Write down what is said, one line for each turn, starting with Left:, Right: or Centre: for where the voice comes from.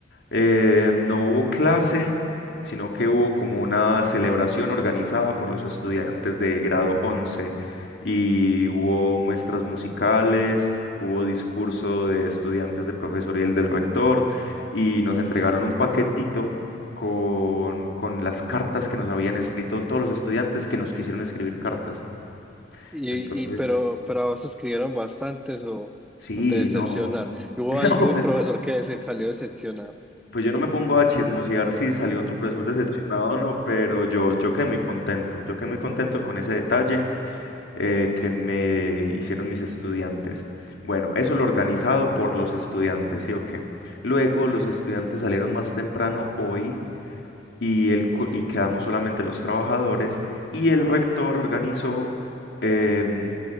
Left: Eh, no hubo clase, sino que hubo como una celebración organizada por los estudiantes de grado 11 y hubo muestras musicales, hubo discurso de estudiantes de profesor y el del rector y nos entregaron un paquetito con, con las cartas que nos habían escrito todos los estudiantes que nos quisieron escribir cartas.
Centre: Y,
Left: Entonces,
Centre: y pero, pero a vos escribieron bastantes o,
Left: sí,
Centre: o te decepcionaron.
Left: no,
Centre: ¿Y ¿Hubo
Left: <laughs> no,
Centre: algún
Left: me-
Centre: profesor que se salió decepcionado?
Left: Pues yo no me pongo a chismosear si salió otro profesor decepcionado o no, pero yo, yo quedé muy contento, yo quedé muy contento con ese detalle eh, que me hicieron mis estudiantes. Bueno, eso lo organizado por los estudiantes, ¿sí o qué? Luego los estudiantes salieron más temprano hoy y, el, co- y quedamos solamente los trabajadores y el rector organizó em,